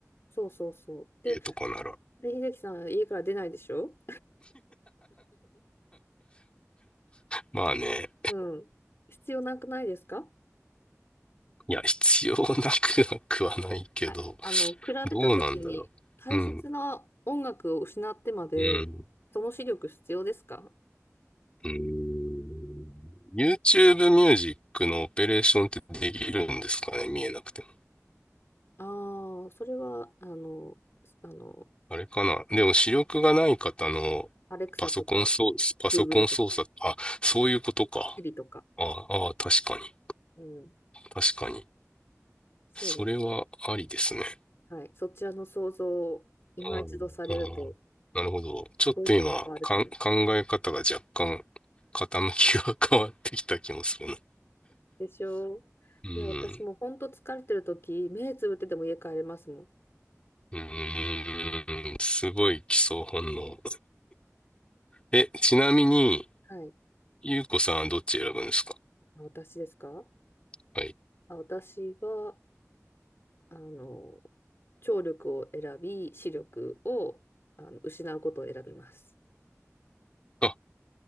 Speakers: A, on the left; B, on the left.
A: そうそうそう。で、
B: 家とかなら。
A: で、秀樹さん家から出ないでしょ
B: まあね。
A: うん。必要なくないですか
B: いや、必要なくなくはないけど、
A: あ、あの、比べた時に大切な音楽を失ってまで、
B: どうなんだろう。うん。うん。
A: その視力必要ですか
B: うん。YouTube ミュージックのオペレーションってできるんですかね見えなくて
A: ああ、それは、あの、すあの、
B: あれかな。でも視力がない方のパソコン操、
A: アレクサとか、
B: パソコン操作、
A: グーグルとか、
B: あ、そういうことか。
A: シリとか、
B: ああ、確かに。
A: うん、
B: 確かに。
A: そうです。
B: それはありですね。
A: はい。そちらの想像を今一度されると、
B: うん。うん、なるほど。ちょっと今、
A: ご意見変わるかも。
B: かん、考え方が若干傾きが <laughs> 変わってきた気もするな。
A: でしょう。
B: うん。
A: いや、私も本当疲れてるとき、目つぶってても家帰れますもん。
B: うん。すごい基礎本能。え、ちなみに、
A: はい。
B: ゆうこさんはどっち選ぶんですか
A: 私ですか
B: はい。
A: あ、私は、あの、聴力を選び、視力を、あの、失うことを選びます。
B: あ、